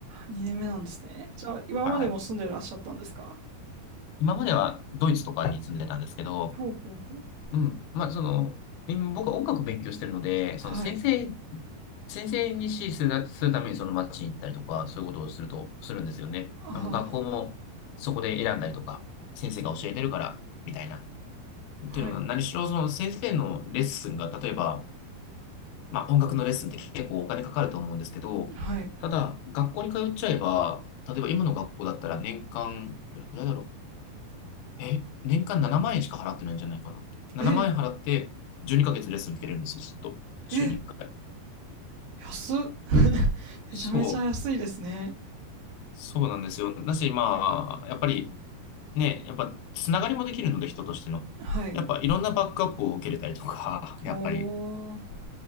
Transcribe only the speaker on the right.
2年目なんですね。じゃあ、今までも住んでらっしゃったんですか
ほうほうほう。
はい。
あ
あ、
はい。
はい。
え、
え、安っ。めちゃめちゃ安いですね。
はい。
おー。